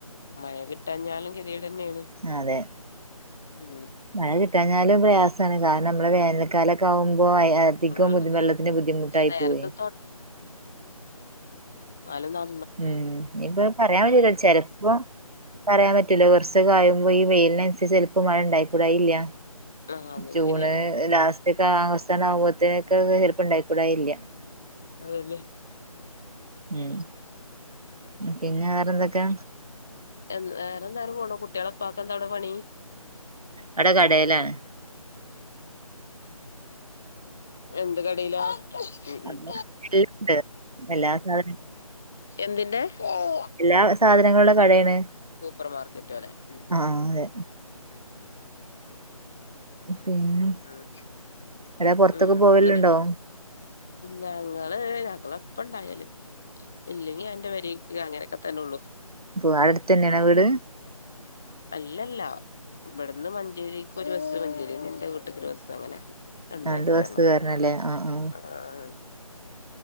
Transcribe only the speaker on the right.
അതെ
മഴ കിട്ടാഞ്ഞാലും പ്രയാസാണ് കാരണം മ്മള് വേന കാലകാവം അധികം
ബുദ്ധിമെല്ലത്തിന് ബുദ്ധിമുട്ടായി
പോയി.
ഉം ഇപ്പൊ പറയാൻ പറ്റൂല ചെലപ്പോ പറയാൻ പറ്റൂല. കുറച്ച് കായുമ്പോ പോ വെയിലിനനുസരിച്ച് ചിലപ്പോ മഴ ഉണ്ടായി കൂടായില്ല
ജൂണ്
ലാസ്റ്റ്ക്കാവ കൊറ ാന ആുമോത്തൊക്കെ ഹെല്പ്പ് ഉണ്ടായിക്കൂടല്ല
ഉം പിന്നെ വേറെന്തൊക്കെ
അവിടെ കടയിലാണ്
അതെ.
എല്ലണ്ട്. എല്ലാ സാധന
എല്ലാ സാധനങ്ങളുടെ കടയാണ്.
ആ അതെ.
പിന്നെ
എട പുൊറത്തൊക്കെ
പോവലണ്ടോ
അപ്പൊ അവിടെ അടുത്തന്നെയണ വീട്.
രണ്ട്
ബസ്
കേറണല്ലേ. ആ ആ.